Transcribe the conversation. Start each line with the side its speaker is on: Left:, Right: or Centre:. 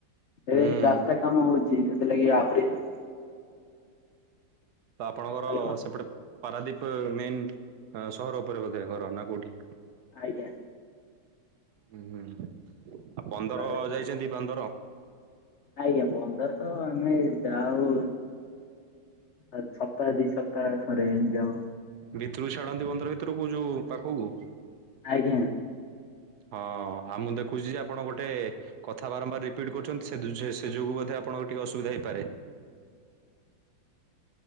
Left: ଏବେ
Right: ହୁଁ
Left: ଏଇ ରାସ୍ତା କାମ ହଉଛି ସେଥିଲାଗି ଆହୁରି ଧୂ
Right: ତ ଆପଣଙ୍କର
Left: ଖାଲି
Right: ସେପଟେ ପାରାଦ୍ଵୀପ ମେନ୍ ଆଁ ସହର ଉପରେ ବୋଧେ ଘର ନା କୋଉଠି?
Left: ଆଜ୍ଞା।
Right: ଉଁ ହୁଁ ଆ ପନ୍ଦର
Left: ପାରାଦ୍ୱୀପ
Right: ଯାଇଛନ୍ତି ବାନ୍ଦର?
Left: ଆଜ୍ଞା ବନ୍ଦର ତ ଆମେ ଯାଉ। ଆଁ ସପ୍ତାହ ଦି ସପ୍ତାହ ଥରେ ଏମତି ଯାଉ।
Right: ଭିତୁରୁକୁ ଛାଡ଼ନ୍ତି ବନ୍ଦର ଭିତୁରୁକୁ ଯୋଉ ପାଖୁୁକୁ?
Left: ଆଜ୍ଞା।
Right: ହଁ ଆଉ ମୁଁ ଦେଖୁଛି ଯେ ଆପଣ ଗୋଟେ କଥା ବାରମ୍ବାର ରିପିଟ୍ କରୁଛନ୍ତି ସେଦ୍ ଯେ ସେ ଯୋଗୁଁ ବୋଧେ ଆପଣଙ୍କ ଟିକେ ଅସୁବିଧା ହେଇପାରେ।